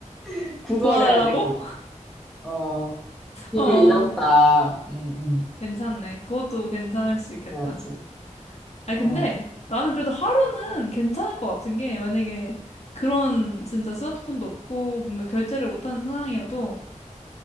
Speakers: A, in the centre; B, on the left.
A: <laughs> 구걸해야
B: 도와달라고?
A: 돼, 구걸. 어, 길을
B: <laughs> 어,
A: 잃었다. 응, 응.
B: 괜찮네. 그것도 괜찮을 수 있겠다.
A: 그래야지.
B: 아니,
A: 어.
B: 근데 나는 그래도 하루는 괜찮을 것 같은 게, 만약에 그런 진짜 스마트폰도 없고 뭔가 결제를 못하는 상황이어도,